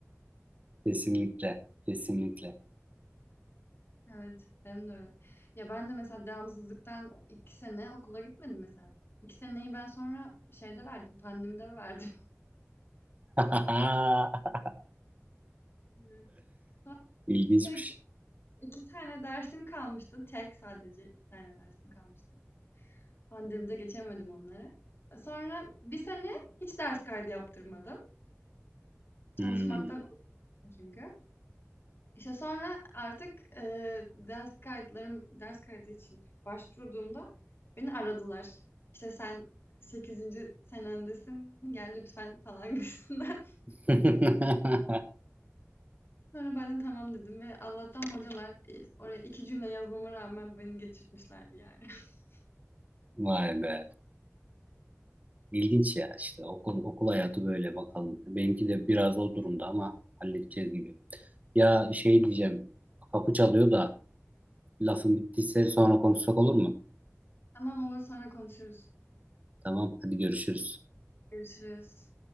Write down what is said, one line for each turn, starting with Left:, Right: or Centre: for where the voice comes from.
Right: <laughs> Kesinlikle. Kesinlikle.
Left: Evet, benim de öyle. Ya ben de mesela devamsızlıktan 2 sene okula gitmedim mesela. 2 seneyi ben sonra şeyde verdim, pandemide verdim. <laughs>
Right: <laughs>
Left: Evet. Sonra
Right: İlginçmiş.
Left: tek iki tane dersim kalmıştı. Tek sadece iki tane dersim kalmıştı. Pandemide geçemedim onları. Sonra bir sene hiç ders kaydı yaptırmadım. Çalışmaktan
Right: Hmm.
Left: öldüm çünkü. İşte, sonra artık, eee, ders kayıtlarım ders kaydı için başvurduğumda beni aradılar. İşte, "Sen sekizinci senendesin, gel lütfen." falan gibisinden. <laughs>
Right: <laughs>
Left: Sonra ben de "Tamam." dedim ve Allah'tan hocalar, eee, oraya 2 cümle yazmama rağmen beni geçirtmişlerdi yani. <laughs>
Right: Vay be. İlginç ya işte okul okul hayatı böyle bakalım. Benimki de biraz o durumda ama halledeceğiz gibi. Ya şey diyeceğim. Kapı çalıyor da lafın bittiyse sonra
Left: "Tamam,
Right: konuşsak olur mu?
Left: tamam olur, sonra konuşuruz.
Right: Tamam, hadi görüşürüz.
Left: Görüşürüz."